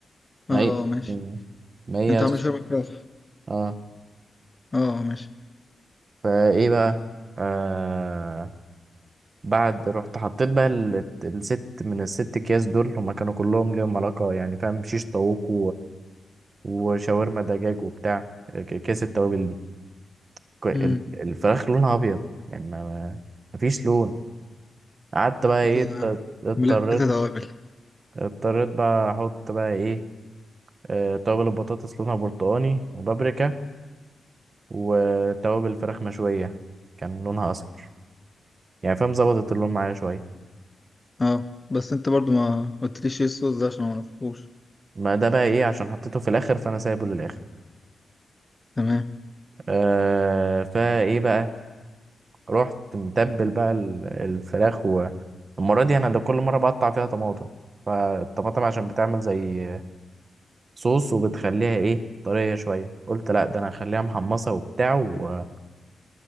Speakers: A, on the left; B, on the right.
A: اه
B: ما هي
A: ماشي
B: يعني ما هي
A: انت عامل شاورما فراخ
B: اه
A: اه ماشي
B: فايه بقى آه بعد رحت حطيت بقى ال- الست من الست اكياس دول هما كانوا كلهم ليهم علاقه يعني فاهم شيش طاووق وشاورما دجاج وبتاع ك- كيس التوابل دي ك- ال-
A: امم
B: الفراخ لونها ابيض يعني ما ما- مفيش لون قعدت بقى ايه
A: انت
B: اضط- اضطريت
A: مليت توابل
B: اضطريت بقى احط بقى ايه آه، توابل البطاطس لونها برتقاني وبابريكا وتوابل الفراخ مشوية كان لونها اصفر يعني فاهم ظبطت اللون معايا شوية
A: اه بس انت برضو ما قلتليش ايه الصوص ده عشان ما اعرفهوش
B: ما ده بقى ايه عشان حطيته في الاخر فانا سايبه للاخر
A: تمام
B: آه فايه بقى رحت متبل بقى ال- الفراخ والمرة دي انا ده كل مرة بقطع فيها طماطم فالطماطم عشان بتعمل زي صوص وبتخليها ايه طرية شوية قلت لا ده انا هخليها محمصة وبتاع و...